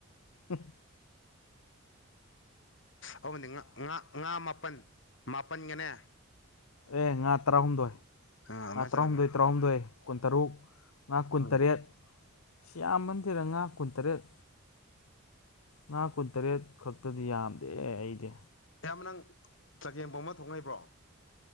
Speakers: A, on the left; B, on the left.
A: ꯑꯠ
B: ꯑꯗꯨ ꯉꯥ ꯉꯥ ꯃꯥꯄꯜ ꯃꯥꯄꯟꯒꯅꯦ
A: ꯑꯦ ꯉꯥ ꯇꯔꯥꯍꯨꯝꯗꯣꯏ
B: ꯑꯗꯨꯃꯥꯏꯅ
A: ꯉꯥ ꯇꯔꯥꯍꯨꯝꯗꯣꯏ
B: ꯆꯠꯂꯒ
A: ꯇꯔꯥꯍꯨꯝꯗꯣꯏ ꯀꯨꯟꯇꯔꯨꯛ ꯉꯥ ꯀꯨꯟꯇꯔꯦꯠ
B: ꯎꯝ
A: ꯁꯤ ꯌꯥꯝꯃꯟꯗꯔ ꯉꯥ ꯀꯨꯟꯇꯔꯦꯠ ꯉꯥ ꯀꯨꯟꯇꯔꯦꯠ ꯈꯛꯇꯗꯤ ꯌꯥꯝꯗꯦ ꯑꯩꯗꯤ
B: ꯑꯌꯥꯝꯕ ꯅꯪ ꯆꯒꯦꯝꯕꯣ ꯑꯃ ꯊꯣꯛꯉꯛꯏꯕ꯭ꯔꯣ